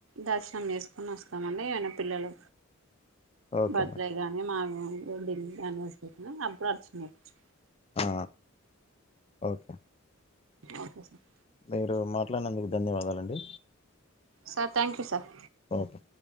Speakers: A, on the right (about 75°); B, on the left (about 30°).
A: దర్శనం చేసుకొని వస్తామండి ఏమనా పిల్లలు
B: ఓకే
A: బర్త్డే
B: మేడం
A: గానీ మా <inaudible> నివర్సరీ కానీ అప్పుడు అర్చన చెపిచ్
B: ఆ, ఓకే
A: ఓకే సార్
B: మీరు మాట్లాడినందుకు ధన్యవాదాలండి
A: సార్ థాంకు సార్
B: ఓకే